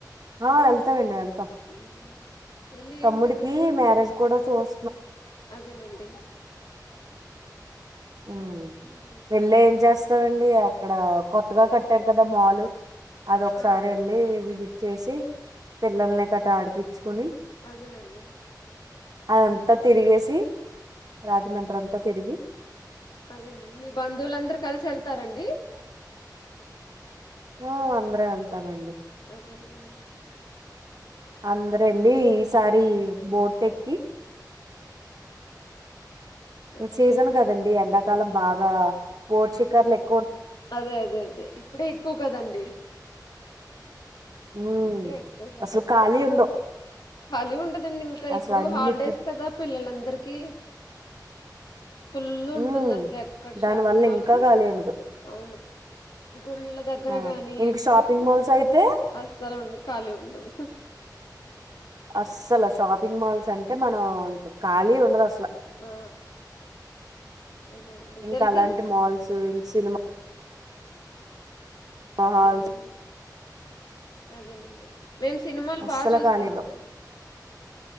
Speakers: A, on the right; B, on the left.
A: ఆ వెళ్తామండి వెళ్తాం
B: ఉమ్. వెళ్ళి
A: తమ్ముడికి
B: ఏం చేస్త
A: మ్యారేజ్ కూడా చూస
B: అదేనండి
A: ఉ
B: ఉమ్,
A: వెళ్ళి ఏం చేస్తామండి అక్కడ కొత్తగా కట్టారు కదా మాలు అది ఒకసారి
B: ఆ
A: వెళ్లి విజిట్ చేసి పిల్లల్ని గట్ట ఆడిపించుకొని
B: అదేనండి
A: అదంత తిరిగేసి రాజమండ్రి అంత తిరిగి
B: అదేనండి మీ బంధువులందరు కలిసి వెళ్తారా అండి
A: ఆ అందరం వెళ్తామండి
B: అదేనండి
A: అందరూ వెళ్లి ఈసారి బోటు ఎక్కి
B: అదేనండి
A: సీజన్ కదండీ ఎండాకాలం బాగా బోట్ షికారులు ఎక్కి
B: అదే అదే అదే ఇప్పుడే ఎక్కువ కదండి
A: ఉ
B: ఇప్పుడే ఎక్కువ కదా
A: అసలు ఖాళీ ఉండవు
B: ఖాళీ ఉండదండి ఇంక
A: అసలు
B: ఇప్పుడు
A: అన్ని
B: హాలిడేస్
A: ట్రిప్
B: కదా పిల్లలందరికీ ఫుల్ ఉంటుంది
A: ఉమ్
B: అసలు ఎక్కడ
A: దాని
B: షాపింగ్
A: వల్ల
B: మాల్
A: ఇంకా
B: అయినా
A: ఖాళీ ఉండదు
B: అవును గుళ్ళ దగ్గర
A: ఆ
B: గాని
A: ఇంక
B: ఎక్కడైనా
A: షాపింగ్ మాల్స్ అయితే
B: అస్సలు ఉండ ఖాలీ ఉండవు
A: అస్సలు షాపింగ్ మాల్స్ అంటే మనం ఇంక ఖాళీ ఉండదసలు ట్ల
B: ఆ అదే అండి
A: ఇంక
B: తెలిసి
A: అలాంటి మాల్స్ ఇంక సినిమా మా హస్బె
B: ఉమ్, అదేనండి మేము సినిమాలు
A: అస్సలు
B: బాగా చూస్తామండి
A: ఖాళీ ఉండవు